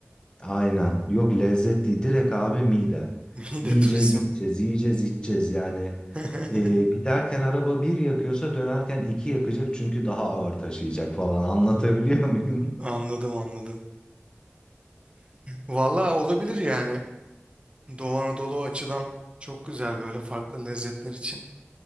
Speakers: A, on the left (about 20°); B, on the right (about 25°).
A: aynen yok lezzet değil direkt abi mide.
B: <laughs> Mide
A: Yiyeceğiz
B: turizmi.
A: içeceğiz yiyeceğiz içeceğiz yani.
B: <laughs>
A: e, giderken araba bir yakıyorsa dönerken iki yakacak çünkü daha ağır taşıyacak falan anlatabiliyor muyum?
B: Anladım anladım. Vallahi olabilir yani. Doğu Anadolu açıdan çok güzel böyle farklı lezzetler için.